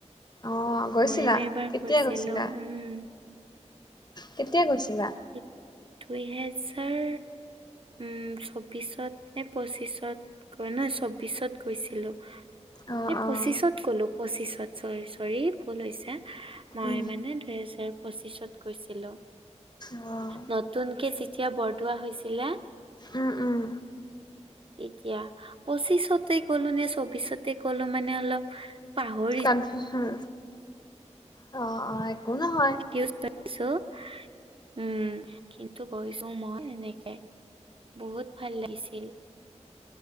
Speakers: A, on the left; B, on the right.
A: অঁহ', গৈছিলা?
B: ময়ো এবাৰ
A: কেতিয়া
B: গৈছিলো
A: গৈছিলা?
B: উম।
A: কেতিয়া গৈছিলা?
B: এ দুই হেজাৰ উম চৌবিশত নে, পঁচিছত গ, নয় চৌবিশত গৈছিলো।
A: অ'
B: এই
A: অ'।
B: পঁচিছত গ'লো, পঁচিছত চৰি, চৰি। ভুল হৈছে, মই
A: উম,
B: মানে দুহেজাৰ পঁচিশত গৈছিলো।
A: অ'
B: নতুনকে যেতিয়া বৰদোৱা হৈছিলে
A: উম, উম,
B: এতিয়া, পঁচিছতে গ'লো নে চৌবিশতে গ'লো মান নে অলপ পাহৰি
A: অহ' হু হুম। অ নহয়।
B: অছ <unintelligible> উম কিন্তু গৈছো মই এনেকে বহুত ভাল লাগিছিল